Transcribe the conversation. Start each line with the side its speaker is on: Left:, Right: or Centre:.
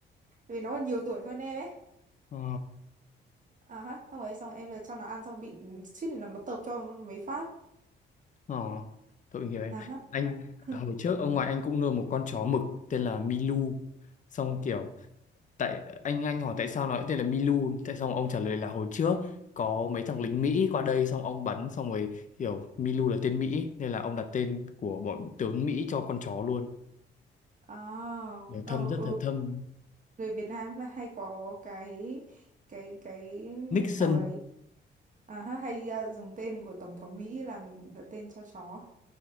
Right: Tại vì nó còn nhiều tuổi hơn em ấy.
Left: Ờ,
Right: À ha, xong rồi, xong rồi em cho nó ăn xong rồi bị suýt nữa nó tợp cho mấy phát.
Left: ờ, tội nghiệp em.
Right: À ha.
Left: Anh,
Right: <laughs>
Left: hồi trước ông ngoại anh cũng nuôi một con chó mực tên là Milu. Xong kiểu, tại anh anh hỏi tại sao nó lại tên là Milu. Tại xong ông trả lời là hồi trước có mấy thằng lính Mỹ qua đây xong ông bắn xong rồi kiểu Milu là tên Mỹ nên là ông đặt tên của bọn tướng Mỹ cho con chó luôn.
Right: À,
Left: Để
Right: ờ,
Left: Thâm rất
Right: ừ.
Left: là thâm.
Right: Người Việt Nam <laughs> hay có cái cái cái
Left: Nixon
Right: cháu đấy à, ha, hay à, dùng tên của Tổng thống Mỹ làm tên cho chó.